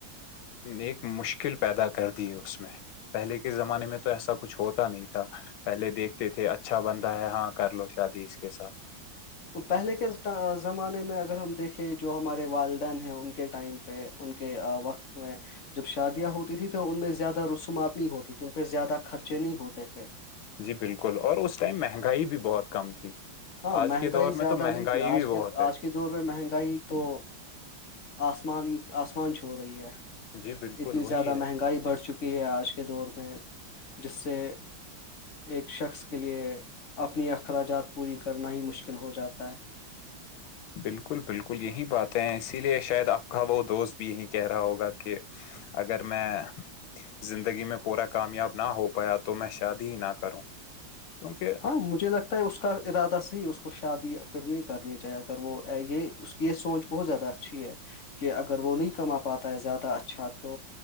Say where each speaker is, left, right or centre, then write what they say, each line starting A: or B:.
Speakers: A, on the left (about 85°); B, on the left (about 60°).
A: ایک مشکل پیدا کر دی اس میں پہلے کے زمانے میں تو ایسا کچھ ہوتا تا نہیں تھا پہلے دیکھتے تھے اچھا بندہ ہے ہاں کر لو شادی اس کے ساتھ
B: پہلے کے زمانے میں اگر ہم دیکھیں جو ہمارے والدین ہیں ان کے کے ٹائم پہ ان کے وقت میں جب شادیاں ہوتی تھیں تو ان میں زیادہ رو سمات نہیں ہوتی تو ان پہ زیادہ خرچے نہیں ہوتے تھے
A: جی بالکل اور اس ٹائم مہنگائی بھی بہت کم تھی
B: ہاں
A: آج
B: مہنگائی
A: کے دور میں
B: زیادہ
A: تو مہنگائی
B: نہیں تھی
A: بھی
B: آج
A: بہت
B: کے
A: ہے
B: آج کے کے دور میں مہنگائی تو آسمان آسمان چھو رہی ہے
A: جی بالکل
B: اتنی
A: وہی
B: زیادہ
A: ہے
B: مہنگائی بڑھ چکی ہے آج کے دور میں جس سے ایک شخص کے لیے اپنی اخراجات پوری کرنا ہی مشکل ہو جاتا ہے
A: بالکل بالکل یہی باتیں ہیں اسی لیے شاید آپ کا وہ دوست بھی یہی کہہ رہا ہوگا کہ اگر میں زندگی میں پورا کامیاب نہ ہو پایا تو میں شادی ہی نہ کروں کیونکہ
B: ہاں مجھے لگتا ہے اس کا ارادہ صحی اس کو شادی پھر نہیں کرنی چاہے اگر وہ یہ اس کی یہ سوچ بہت زیادہ اچھی ہے کہ اگر وہ نہیں کما پاتا ہے زیادہ اچھا تو